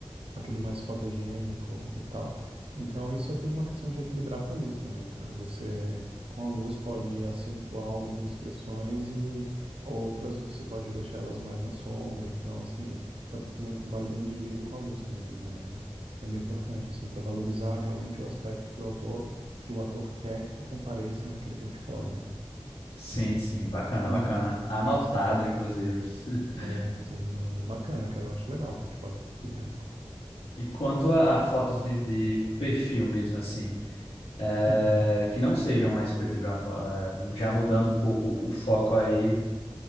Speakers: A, on the right; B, on the left.
A: aquele mais fotogênico e tal. Então, isso é tudo uma questão de equilibrar com a luz também, cara. Você, com a luz, pode acentuar algumas expressões e outras você pode deixar elas mais na sombra. Então, assim, dá para fazer um trabalho bem dirigido com a luz também. É, é bem importante, assim, para valorizar realmente o aspecto que o autor, que o ator quer que compareça naquele portfólio, né?
B: Sim, sim, bacana, bacana.
A: Uhum.
B: Anotado,
A: Sim,
B: inclusive. <laughs>
A: é, sim, não, é bacana, cara. Eu acho legal o portfólio preto e branco.
B: E quanto a, a fotos de, de perfil mesmo, assim, eh,
A: Uhum.
B: que não sejam mais preto e branco, eh, já mudando um pouco o foco aí,